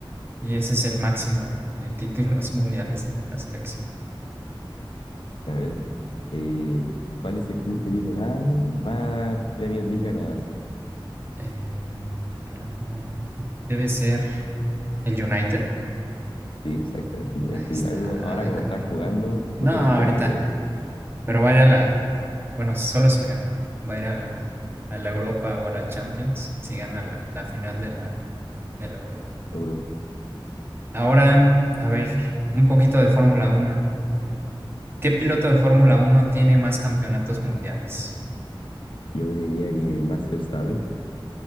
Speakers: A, on the right (about 25°); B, on the left (about 70°).
A: Y ese es el máximo de, de títulos <laughs> mundiales de la selección.
B: A ver, eh, ¿cuál es el club que tiene más, más Premier League ganadas?
A: Em, ya, tarata. debe ser el United.
B: Sí, exactamente. Yo
A: Ahí
B: ahí
A: está,
B: uno ahora
A: ah,
B: como
A: cómo
B: están
A: no.
B: jugando, no
A: No,
B: se
A: ahorita,
B: lo espera, pero
A: pero va a ir a la, bueno, solo si gana, ¿no? Va a ir a la, a la Europa o a la Champions, si gana la, la final de la, de la Europa.
B: Europa.
A: Ahora, mm, a ver, un poquito de Fórmula Uno. ¿Qué piloto de Fórmula Uno tiene más campeonatos mundiales?
B: Yo creería que Max Verstappen,